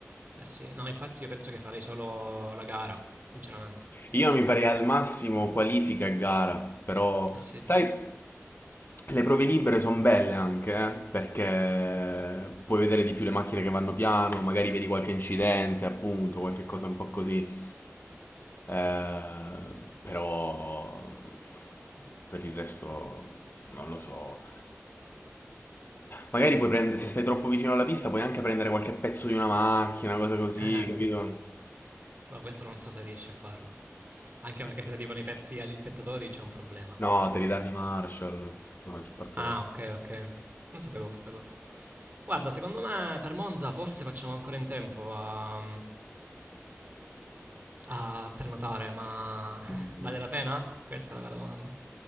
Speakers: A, on the right; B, on the left.
A: Eh sì, no, infatti io penso che farei solo la gara, sinceramente.
B: Io mi farei al massimo qualifica e gara, però
A: Eh sì.
B: sai, le prove libere sono belle anche, eh, perché puoi vedere di più le macchine che vanno piano, magari vedi qualche incidente, appunto, qualche cosa un po' così. Eh, però per il resto non lo so. Magari puoi prendere, se stai troppo vicino alla pista, puoi anche prendere qualche pezzo di una macchina, cosa così,
A: <laughs>
B: capito?
A: Ma questo non so se riesci a farlo. Anche perché se arrivano i pezzi agli spettatori c'è un problema.
B: No, devi darmi Marshall. La maggior parte
A: Ah,
B: delle volte.
A: ok, ok. Non sapevo questa cosa. Guarda, secondo me per Monza forse facciamo ancora in tempo a, a prenotare, ma
B: Non
A: <laughs> vale la pena? Questa è la vera domanda.